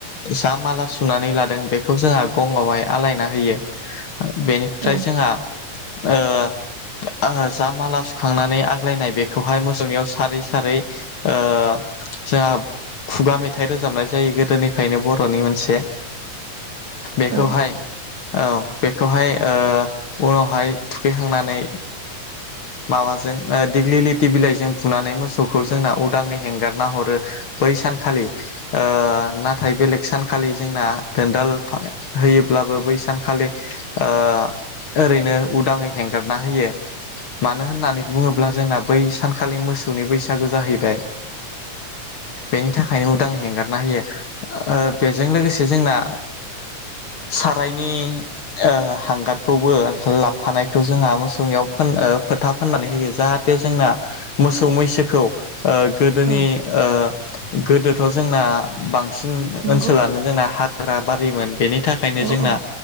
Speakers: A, on the left (about 50°); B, on the right (about 60°).
A: जा माला सुनानै लादों बेखौ जोंहा गंआवहाय आलायना होयो बेनिफ्राय
B: औ
A: जोंहा ओ जा माला सुखांनानै आग्लायनाय बेखौहाय मोसौनियाव सारै सारै ओ जोंहा खुगा मेथाइ रोजाबनाय जायो गोदोनिफ्राय फ्रायनो बर'नि मोनसे बेखौहाय
B: औ
A: औ बेखौहाय ओ उनावहाय थुखैखांनानै माबाजों ओ दिग्लि लथि बिलाइजों बुनानै मोसौखौ जोंना उदाङै हेंगारना हरो बै सानखालि ओ ना नाथाय बेलेग सानखालि जोंना दोनदाल होयोब्लाबो बै सानखालि ओ ओरैनो उदाङै हेंगारना होयो मानो होननानै बुङोब्ला जोंना बै सानखालि मोसौनि बैसागु जाहैबाय बेनि थाखायनो उदाङै हेंगारना होयो ओ बेजों लोगोसे जोंना सारायनि ओ हांगारखौबो लाबोफानायखौ जोंहा मोसौनियाव फ ओ फोथा फोननानै होयो जाहाथे जोंना मोसौ मैसोखौ ओ गोदोनि
B: औ
A: ओ गोदोथ' जोंना बांसिन बांसिन
B: नंगौ
A: ओनसोलानो जोंना हा ग्रा बारिमोन बेनि थाखायनो
B: औ
A: जोंना
B: औ